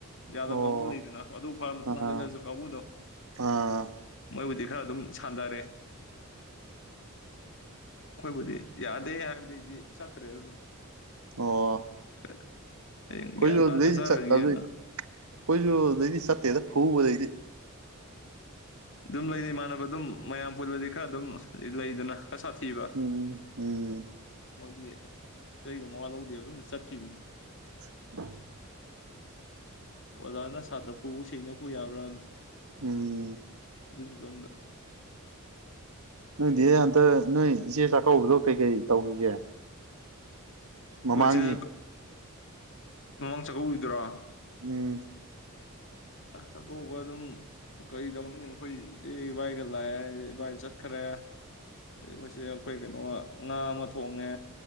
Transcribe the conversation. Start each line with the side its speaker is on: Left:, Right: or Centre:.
Left: ꯌꯥꯗꯕ
Right: ꯑꯣ
Left: ꯀꯥꯡꯕꯨ ꯂꯩꯗꯅ ꯑꯗꯨ ꯐꯔꯕ ꯃꯇꯨꯡ
Right: ꯑꯥ
Left: ꯍꯟꯖꯤꯟ <unintelligible> ꯀꯥꯡꯕꯨꯗꯣ
Right: ꯑꯥ
Left: ꯃꯣꯏꯕꯨꯗꯤ ꯈꯔ ꯑꯗꯨꯝ ꯁꯥꯟꯗꯔꯦ ꯑꯩꯈꯣꯏꯕꯨꯗꯤ ꯌꯥꯗꯦ ꯍꯥꯏꯕꯗꯩꯗꯤ ꯆꯠꯇꯔ꯭ꯦꯗꯥ ꯑꯗꯨꯝ
Right: ꯑꯣ
Left: <unintelligible>
Right: ꯑꯈꯣꯏꯁꯨꯨ
Left: ꯒ꯭ꯌꯥꯟ ꯇꯥꯅ
Right: ꯑꯗꯨꯗꯩꯗꯤ
Left: ꯆꯠꯆꯔꯒꯦꯅ
Right: ꯆꯠꯇꯝꯅꯤ ꯑꯩꯈꯣꯏꯁꯨꯨ ꯑꯗꯨꯗꯩꯗꯤ ꯆꯠꯇꯦꯗ ꯐꯨꯕꯗꯩꯗꯤ
Left: ꯑꯗꯨꯝ ꯂꯩꯅꯤ ꯏꯃꯥꯟꯅꯕ ꯑꯗꯨꯝ ꯃꯌꯥꯝ ꯄꯨꯟꯕꯗꯤ ꯈꯔ ꯑꯗꯨꯝ ꯂꯩꯗꯅ ꯈꯔ ꯁꯥꯊꯤꯕ
Right: ꯎꯝ ꯎꯝ
Left: ꯃꯣꯏꯗꯤ ꯆꯩꯒꯥ ꯃꯋꯥ ꯂꯧꯗꯦꯕ ꯑꯗꯨꯝ ꯆꯠꯈꯤꯕꯤꯅꯤ
Right: <unintelligible>
Left: ꯑꯣꯖꯥꯅ ꯁꯥꯇ꯭ꯔ ꯐꯨꯕꯨ ꯁꯅ ꯐꯨ ꯌꯥꯕ꯭ꯔꯥꯗ
Right: ꯎꯝ
Left: ꯅꯣꯏꯒꯤ ꯑꯗꯣꯝꯗ
Right: ꯅꯪꯗꯤ ꯍꯟꯇ ꯅꯣꯏ ꯏꯆꯦ ꯆꯥꯛꯀꯧꯕꯗꯣ ꯀꯩꯀꯩ ꯇꯧꯈꯤꯒꯦ ꯃꯃꯥꯡꯒꯤ
Left: ꯑꯩꯈꯣꯏ ꯆꯦ ꯃꯃꯥꯡ ꯆꯥꯛꯀꯧꯒꯤꯕꯗ꯭ꯔꯣ
Right: ꯎꯝ
Left: <unintelligible> ꯑꯥꯛꯀꯧꯕ ꯑꯗꯨꯝ ꯀꯩꯗꯧꯅꯤ ꯑꯩꯈꯣꯏ ꯏꯆꯦ ꯏꯕꯥꯏꯒ ꯂꯥꯛꯑꯦ ꯏꯕꯥꯏ ꯆꯠꯈ꯭ꯔꯦ ꯑꯗꯩ ꯑꯩꯈꯣꯏꯆꯦ ꯑꯩꯈꯣꯏ ꯀꯩꯅꯣ ꯉꯥ ꯑꯃ ꯊꯣꯡꯉꯦ